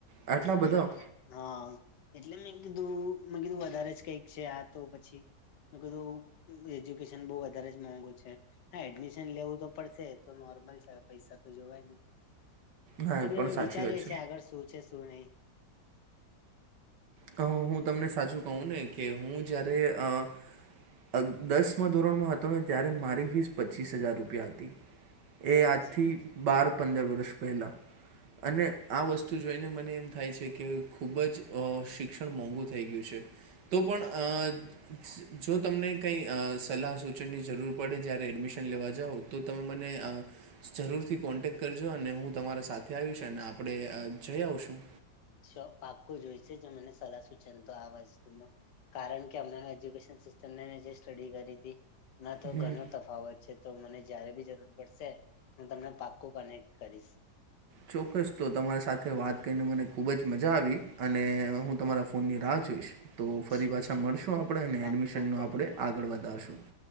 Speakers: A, on the right; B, on the left.
A: આટલા
B: એટલા
A: બધા?
B: માટે હાં એટલે મેં કીધું મેં કીધું વધારે જ કંઈક છે આ તો પછી મેં કીધું એજ્યુકેશન બઉ વધારે જ મોંઘું છે. હા એડમિશન લેવું તો પડશે એતો નોર્મલ છે પૈસા તો જોવાય નઈ
A: ના
B: તો
A: એ
B: બી
A: પણ
B: હમે
A: સાચી
B: વિચારીએ
A: વાત
B: છે આગળ શું છે શું નઈ
A: તો હું તમને સાચું કહું ને કે હું જયારે અ અ દસમાં ધોરણમાં હતો ને ત્યારે મારી ફીસ પચીસ હજાર રૂપિયા હતી.
B: સચ
A: એ આજથી બાર પંદર વરરસ પહેલા અને આ વસ્ તો જોઈને મને એમ થાય છે કે ખૂબ જ અ શિક્ષણ મોંઘું થઈ ગયું છે. તો પણ અ જો તમને કંઈ અ સલાહ સૂચનની જરૂર પડે જ્યારે એડમિશન લેવા જાવ તો તમે મને જરૂર થી કોન્ટેક કરજો અને હું તમારા સાથે આવીશ અને આપડે જઈ આવશું.
B: ચોક પાકું જોઈશે જ મને સલાહ સૂચન તો આ વસ્તુમાં કારણ કે અમના નું એજ્યુકેશ સિસ્ટરને જે સ્ટડી કરી તી એમાં તો
A: હમ
B: ઘનો તફાવત છે. તો મને જયારે બી જરૂર પડશે હું તમને પાક્કું કનેક્ટ કરીશ.
A: ચોક્કસ તો તમારી સાથે વાત કરીને મને ખૂબ જ મજા આવી અને હું તમારા ફોનની રાહ જોઈશ. તો ફરી
B: શું
A: પાછા મળશું આપણે અને
B: પાક્કું
A: એડમિશનનું આપણે આગળ વધારશું.